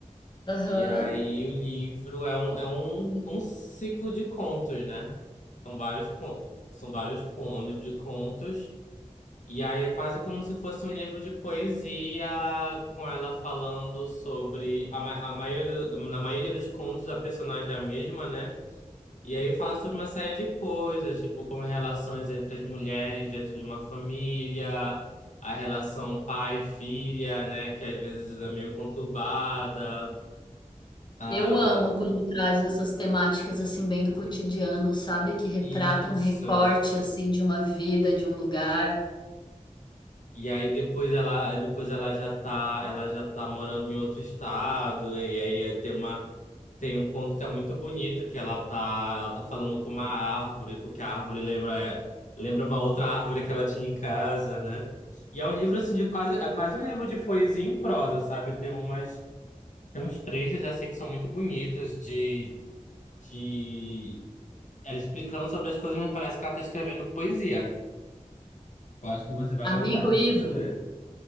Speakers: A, on the left (about 35°); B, on the left (about 70°).
A: Aham.
B: E aí o livro é um, é um, um ciclo de contos, né? São vários contos. São vários contos, um livro de contos. E aí é quase como se fosse um livro de poesia, com ela falando sobre a, ma a maioria, na maioria dos contos a personagem é a mesma, né? E aí fala sobre uma série de coisas, tipo como relações entre as mulheres dentro de uma família, a relação pai-filha, né? Que às vezes é meio conturbada. Ah,
A: Eu amo quando traz essas temáticas assim bem do cotidiano, sabe? Que retratam
B: isso.
A: um recorte assim de uma vida, de um lugar.
B: E aí depois ela, depois ela já tá, ela já tá morando em outro estado, e aí tem uma Tem um conto que é muito bonito, que ela tá, ela tá falando com uma árvore, porque a árvore lembra, lembra uma outra árvore que ela tinha em casa, né? E é um livro assim de quase, é quase um livro de poesia em prosa, sabe? Tem umas, tem uns trechos assim que são muito bonitos de, de ela explicando sobre as coisas, mas parece que ela tá escrevendo poesia. Eu acho que você vai
A: Amigo
B: gostar se
A: Ivo,
B: você ler.